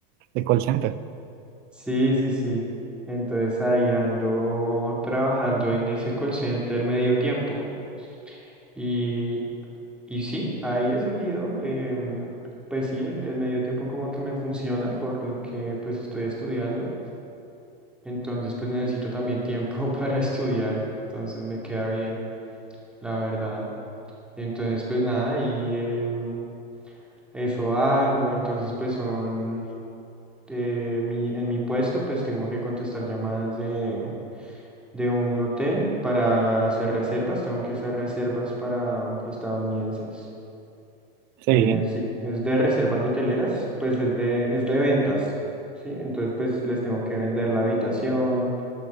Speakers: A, on the right (about 35°); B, in the centre.
A: de call center.
B: Sí, sí, sí. Entonces ahí ando trabajando en ese call center medio tiempo. Y, y sí, ahí he seguido. em, pues sí, el, el medio tiempo como que me funciona por lo que pues estoy estudiando. Entonces, pues necesito también tiempo <laughs> para estudiar. Entonces me queda bien, la verdad. Entonces, pues nada, y em, eso hago. Entonces, pues son eh, mi, en mi puesto, pues tengo que contestar llamadas de, de un hotel para hacer reservas. Tengo que hacer reservas para estadounidenses.
A: Sí.
B: Eh, sí, es de reservas hoteleras, pues es de, es de ventas, ¿sí? Entonces, pues les tengo que vender la habitación,